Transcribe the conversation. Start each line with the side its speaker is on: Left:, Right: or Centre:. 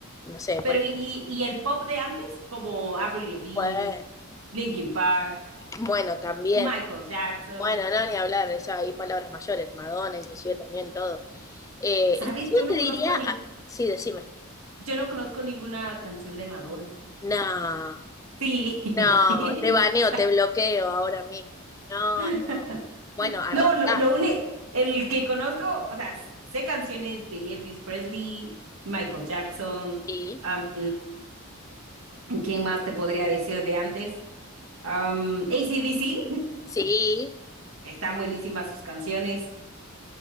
Left: no sé, por
Right: pero y, y el pop de antes, como Avril Lavigne,
Left: ejemplo, eh,
Right: Linkin Park,
Left: bueno, también.
Right: Michael Jackson.
Left: Bueno, no, ni hablar, eso hay palabras mayores, Madonna, inclusive también todo. Eh,
Right: ¿Sabes?
Left: inclusive
Right: Yo no
Left: te diría,
Right: conozco nin-
Left: ah, sí, decime,
Right: yo no conozco ninguna canción de Madonna.
Left: no,
Right: Sí.
Left: no,
Right: <laughs>
Left: te baneo, te bloqueo ahora mismo. No,
Right: No.
Left: no.
Right: <laughs>
Left: Bueno, arrancá,
Right: No, lo, lo único, el que conozco, o sea, sé canciones de Elvis Presley, Michael Jackson,
Left: sí,
Right: am, ¿quién más te podría decir de antes? Am, AC/DC,
Left: sí.
Right: están buenísimas sus canciones,